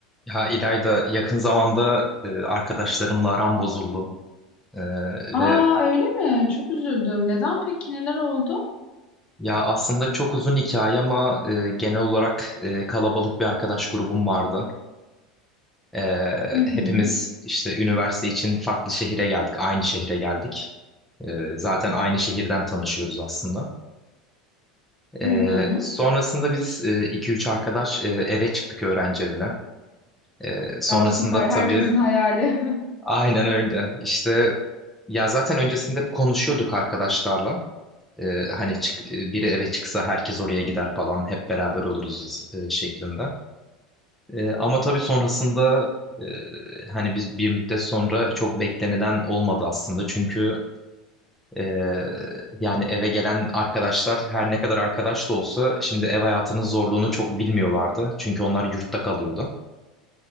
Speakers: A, in the centre; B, on the left.
A: Ya İlayda yakın zamanda e, arkadaşlarımla aram bozuldu. E,
B: Aa
A: ve
B: öyle mi? Çok üzüldüm. Neden peki? Neler oldu?
A: ya aslında çok uzun hikaye ama e, genel olarak e, kalabalık bir arkadaş grubum vardı. E,
B: Hı hı,
A: hepimiz işte üniversite için farklı şehire geldik, aynı şehre geldik. E, zaten aynı şehirden tanışıyoruz aslında.
B: hı
A: E,
B: hı.
A: sonrasında biz e, iki üç arkadaş e, eve çıktık öğrenci evine. E, sonrasında
B: Aa, süper.
A: tabii
B: Herkesin hayali.
A: aynen öyle. İşte ya zaten öncesinde hep konuşuyorduk arkadaşlarla. Ee, hani çık, e, biri eve çıksa herkes oraya gider falan hep beraber oluruz biz, e, şeklinde. E, ama tabii sonrasında e, hani biz bir müddet sonra çok beklenilen olmadı aslında. Çünkü e, yani eve gelen arkadaşlar her ne kadar arkadaş da olsa şimdi ev hayatının zorluğunu çok bilmiyorlardı. Çünkü onlar yurtta kalıyordu.